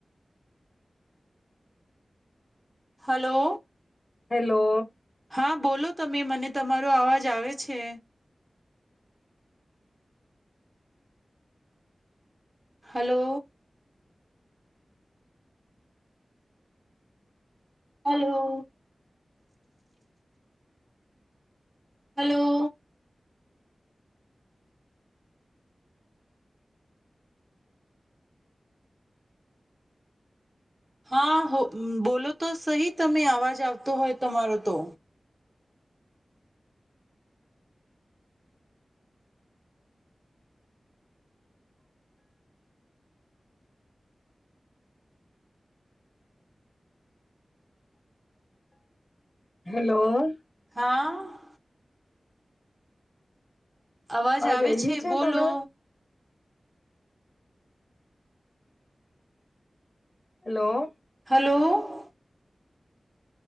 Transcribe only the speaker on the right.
હલો
હા બોલો તમે મને તમારો અવાજ આવે છે. હલો હલો હલો હા બોલો તો સહી તમે અવાજ આવતો હોય તમારો તો
હા અવાજ આવે
છે
બોલો.
હલો